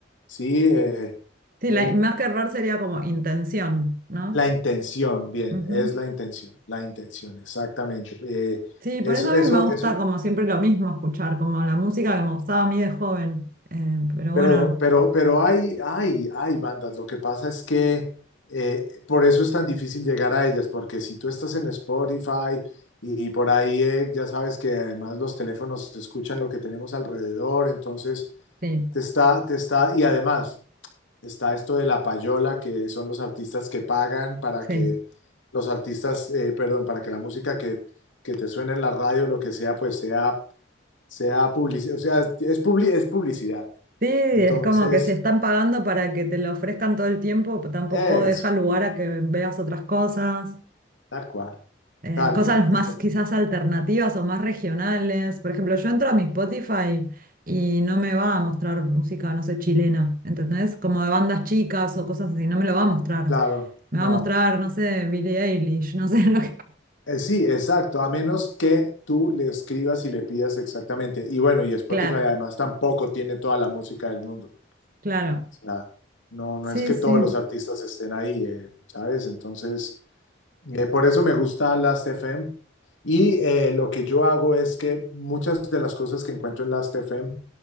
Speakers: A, on the left; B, on the right.
A: sí, eh,
B: Sí,
A: eh,
B: la- más que error sería como intención, ¿no?
A: la intención, bien,
B: Ujú.
A: es la intención, la intención, exactamente. Eh,
B: Sí,
A: eso,
B: por eso a
A: eso,
B: mí me gusta
A: eso
B: como siempre lo mismo escuchar, como la música que me gustaba a mí de joven. Eh, pero
A: Pero,
B: bueno,
A: pero, pero hay, hay, hay bandas. Lo que pasa es que eh, por eso es tan difícil llegar a ellas, porque si tú estás en Spotify y, por ahí eh, ya sabes que además los teléfonos escuchan lo que tenemos alrededor, entonces
B: sí,
A: te está, te está, y además está esto de la payola, que son los artistas que pagan para
B: sí.
A: que los artistas, eh, perdón, para que la música que, que te suene en la radio, lo que sea, pues sea sea publicidad, o sea, es, publi- es publicidad.
B: Sí, es
A: Entonces,
B: como que si están pagando para que te lo ofrezcan todo el tiempo, p- tampoco
A: es
B: deja lugar a que veas otras cosas,
A: tal cual,
B: eh,
A: tal
B: cosas
A: cual. Entonces,
B: más quizás alternativas o más regionales. Por ejemplo, yo entro a mi Spotify y no me va a mostrar música, no sé, chilena, ¿entendés? Como de bandas chicas o cosas así, no me lo va a mostrar.
A: claro,
B: Me
A: no.
B: va a mostrar, no sé, Billie Eilish, no sé <laughs> lo que...
A: Eh, sí, exacto, a menos que tú le escribas y le pidas exactamente. Y bueno, y Spotify
B: Claro,
A: además tampoco tiene toda la música del mundo.
B: claro.
A: O sea, no, no
B: Sí,
A: es que
B: sí.
A: todos los artistas estén ahí, eh, ¿sabes? Entonces, eh, por eso me gusta Last Last.fm. Y eh, lo que yo hago es que muchas de las cosas que encuentro en Last Last.fm